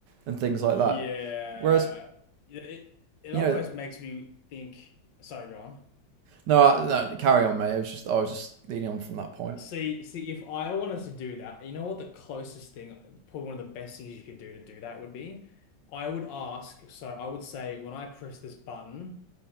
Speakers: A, on the right; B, on the left.
A: and things like
B: Yeah.
A: that whereas
B: Yeah, It it
A: you
B: almost
A: know
B: makes me think. Sorry, go on.
A: no, I, no carry on mate it was just i was just leading on from that point
B: See, see, if I wanted to do that, you know what the closest thing, probably one of the best things you could do to do that would be? I would ask, so I would say, when I press this button,